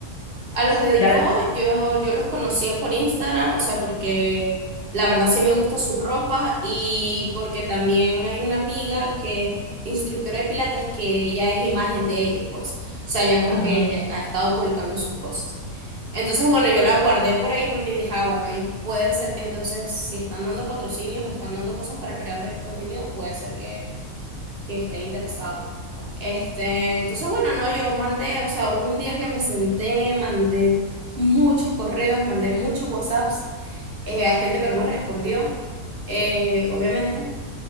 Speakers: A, on the right; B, on the left.
A: A los dedicó,
B: Ya la...
A: yo, yo los conocía por Instagram, o sea, porque la verdad sí me gusta su ropa y porque también hay una amiga que es instructora de pilates que ella es imagen de ellos, pues. O sea, ya como
B: ah.
A: que ha estado publicando sus cosas. Entonces, bueno, yo la guardé por ahí porque dije, ah, bueno, ellos pueden ser que entonces, si están dando patrocinios o están dando cosas para creadores de contenido, puede ser que estén interesados. Este, entonces, bueno, no, yo mandé, o sea, hubo un día que me senté, mandé muchos correos, mandé muchos WhatsApps, eh, hay gente que no me respondió, eh, obviamente.